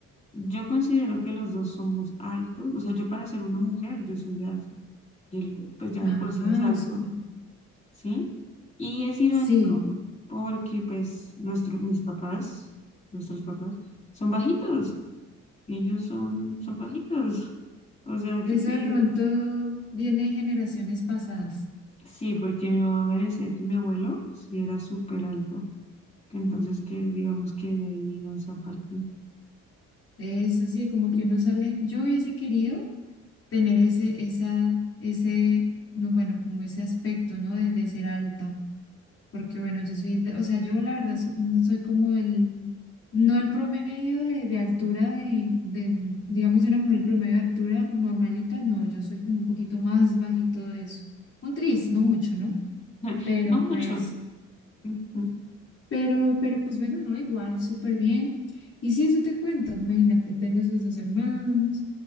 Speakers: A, on the left; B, on the left.
A: Yo considero que los dos somos altos, o sea, yo para ser una mujer, yo soy alta y él pues ya
B: Ah,
A: de por sí
B: ah,
A: es alto,
B: súper.
A: ¿sí? Y es irónico
B: Sí,
A: porque pues nuestro, mis papás, nuestros papás, son bajitos, ellos son, son bajitos, o sea, ¿qué
B: eso
A: te
B: de
A: digo?
B: pronto viene de generaciones pasadas.
A: Sí, porque mi mamá me decía que mi abuelo sí era súper alto, que entonces que digamos que de ahí vino esa parte,
B: Es así, como que uno sale, yo hubiese querido tener ese, esa, ese, no, bueno, como ese aspecto, ¿no? De, de ser alta, porque bueno, yo soy, de- o sea, yo la verdad so- no soy como el, no el promedio de, de altura de, de, digamos, de una mujer promedio de altura normalita, no, yo soy como un poquito más bajito de eso, un tris, no mucho, ¿no?
A: <laughs>
B: Pero
A: no mucho.
B: pues,
A: <laughs>
B: pero, pero pues bueno, no, igual, súper bien. Y sí eso te cuento, imagínate, tengo esos dos hermanos,